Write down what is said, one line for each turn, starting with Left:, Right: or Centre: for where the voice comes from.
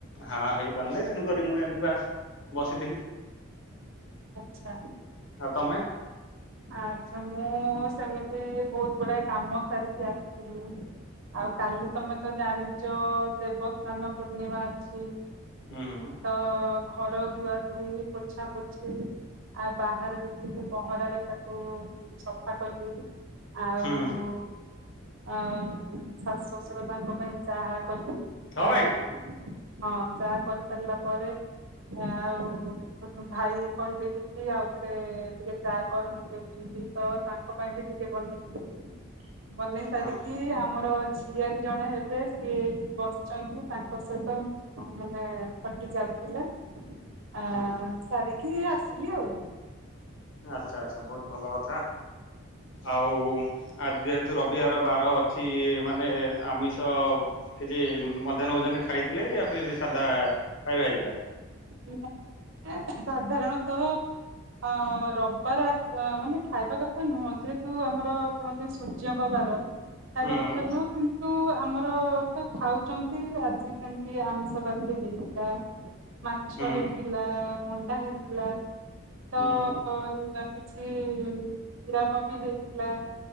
Left: ହଁ ହେଇପାରୁ ନାହିଁ। ତେଣୁ କରି ମୁଁ ଯେମିତି ବାସ୍ ବସିଥିଲି।
Right: ଆଚ୍ଛା
Left: ଆଉ ତମେ
Right: ଆଚ୍ଛା ମୁଁ ସେମିତି ବହୁତ ଗୁଡାଏ କାମ ସାରିକି ଆସିଥିଲି। ଆଉ କାଲି ତମେ ତ ଜାଣିଚ ଦେବସ୍ନାନ ପୂର୍ଣ୍ଣିମା ଅଛି।
Left: ଉଁ ହୁଁ
Right: ତ ଘର ଧୁଆଧୁଇ ପୋଛାପୋଛି ଆଉ ବାହାରେ ଦେଖିକି ପହଁରାରେ କୁ ସଫା କଲି ଆଉ
Left: ହୁଁ
Right: ଆଉ ଶାଶୁ ଶଶୁର ତାଙ୍କ ପାଇଁ ଚାହା କରିିକି
Left: ହଁ
Right: ଆଉ
Left: ଭାଇ
Right: ହଁ ଚାହା କରି ସାରିଲା ପରେ ଆଉ ଭାଇ କହିଲେ <unintelligible> ଆଉ ଥରେ ଟିକେ ଚା <unintelligible> <unintelligible> ତାଙ୍କ ପାଇଁ ବି ଟିକେ ବନେଇ-ବନେଇ ସାରିକି
Left: ହଁ ହଁ
Right: ଆମର ଝିଆରି ଜଣେ ହେବେ ସିଏ ବସିଚନ୍ତି ତାଙ୍କ ସହିତ ମାନେ ଫଟି ଚାଲିଥିଲା ଆ
Left: ହଁ ହଁ
Right: ସାରିକି ଆସିଲି ଆଉ।
Left: ଆଚ୍ଛା-ଆଚ୍ଛା ବହୁତ୍ ଭଲ କଥା, ଆଉ ଆଜି ଯେହେତୁ ରବିବାର ବାର ଅଛି ମାନେ ଆମିଷ କିଛି ମଧ୍ୟାହ୍ନ ଭୋଜନରେ ଖାଇଥିଲେ <unintelligible> ସାଧା ଖାଇବା ହେଇଥିଲା?
Right: <unintelligible> ସାଧାରଣ ତ ଅ ରବିବାର ମାନେ ଖାଇବା କଥା ନୁହଁ ଯେହେତୁ ଆମର କୁହନ୍ତି ସୂର୍ଯ୍ୟଙ୍କ ବାର ଖାଇବା
Left: ହୁଁ ହୁଁ
Right: କଥା ନୁହଁ କି ତୁ ଆମର ତ ଖାଉଚନ୍ତି ଆଜି ସେମ୍ତି ଆମିଷ ବାରିରେ ହେଇଥିଲା ମାଛ
Left: ହୁଁ
Right: ହେଇଥିଲା ଅଣ୍ଡା ହେଇଥିଲା ତ
Left: ହୁଁ ହୁଁ
Right: କିଛି <unintelligible> ବି ହେଇଥିଲା।